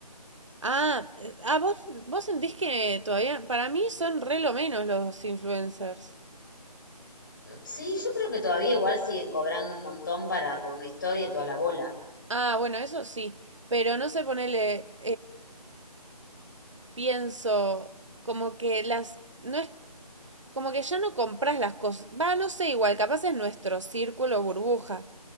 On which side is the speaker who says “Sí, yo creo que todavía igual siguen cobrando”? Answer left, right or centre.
Left